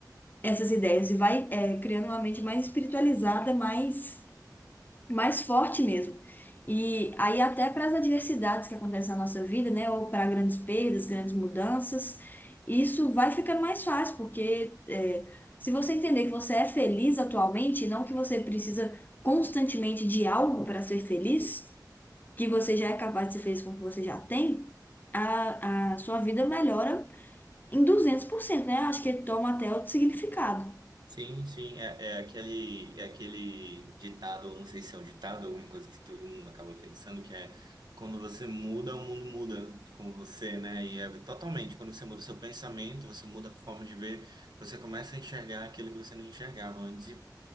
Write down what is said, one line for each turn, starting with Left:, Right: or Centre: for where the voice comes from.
Left: essas ideias e vai, eh, criando uma mente mais espiritualizada, mais mais forte mesmo. E aí até para as adversidades que acontecem na nossa vida, né, ou para grandes perdas, grandes mudanças, isso vai ficando mais fácil, porque é, se você entender que você é feliz atualmente, e não que você precisa constantemente de algo para ser feliz, que você já é capaz de ser feliz com o que você já tem, a, a sua vida melhora em duzentos por cento né? Acho que toma até outro significado.
Right: Sim, sim, é, é aquele, é aquele ditado, ou não sei se é um ditado, alguma coisa que todo mundo acaba pensando, que é quando você muda, o mundo muda com você, né? E é totalmente, quando você muda o seu pensamento, você muda a forma de ver, você começa a enxergar aquilo que você não enxergava antes.